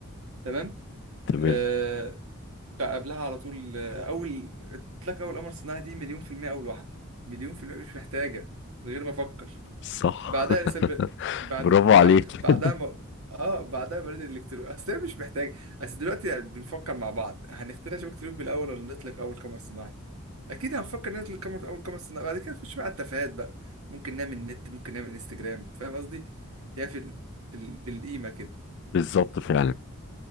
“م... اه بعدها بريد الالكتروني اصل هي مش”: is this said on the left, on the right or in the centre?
Right